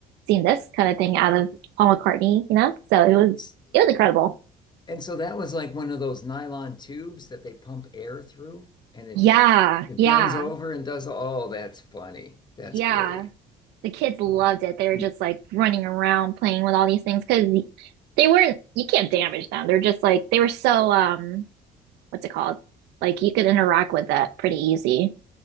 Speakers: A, on the right; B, on the left.
A: seen this kind of thing out of Paul McCartney, you know? So it was,
B: S-
A: it was incredible.
B: And so that was like one of those nylon tubes that they pump air through and it
A: Yeah,
B: it
A: yeah,
B: bends over and does, oh, that's funny. That's
A: yeah.
B: great.
A: The kids loved
B: Oh,
A: it. They were
B: mm.
A: just like running around playing with all these things because they weren't, you can't damage them. They're just like, they were so, um, what's it called? Like you could interact with it pretty easy,